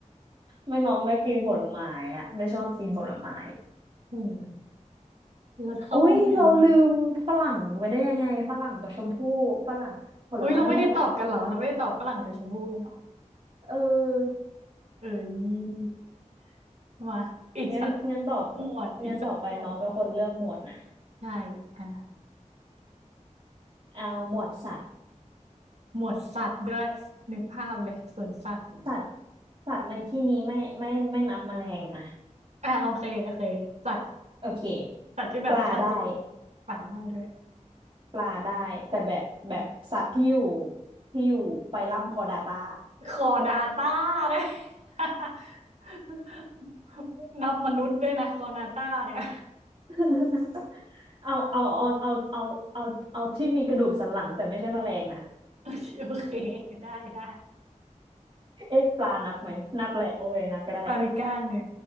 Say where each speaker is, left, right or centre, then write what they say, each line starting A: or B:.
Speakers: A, on the right; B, on the right.
A: ไม่น้อมไม่กินผลไม้อ่ะไม่ชอบกินผลไม้
B: โอ้ยแล้วเข้าห้องน้ำนี่
A: อุ้ยเราลืมฝรั่งไปได้ยังไงฝรั่งกับชมพู่ฝรั่งผลไม้ที่เรารัก
B: อุ้ยเราไม่ได้ตอบกันเหรอเราไม่ได้ตอบฝรั่งกับชมพู่กันเหรอ
A: เออ
B: เอ้ยมาอีกสัก
A: งั้นงั้นตอบ
B: หมวดอีกสักหมวด
A: งั้นต่อไปน้องเป็นคนเลือกหมวดนะ
B: ใช่อ่ะ
A: เอาหมวดสัตว์
B: หมวดสัตว์ด้วยนึกภาพเลยสวนสัตว์
A: สัตว์สัตว์ในที่นี้ไม่ไม่ไม่นับแมลงนะ
B: อ่าโอเคโอเคสัตว์
A: โอเค
B: สัตว์ที่แบบสัตว์จริงๆป่าได้ด้วย
A: ปลาได้ ปลาได้แต่แบบแบบสัตว์ที่อยู่ที่อยู่ไฟลัมคอร์ดาตา
B: คอนาต้าด้วย <laughs> นับมนุษย์ด้วยนะคอนาต้าเนี่ย
A: <laughs> เอาเอาเอาเอาเอาเอาเอาที่มีกระดูกสันหลังแต่ไม่ใช่แมลงนะ
B: <laughs> โอเคโอเคได้ได้
A: เอ๊ะปลานับไหมนับแหละโอเคนับก็ได้
B: ปลามีก้างเนี่ย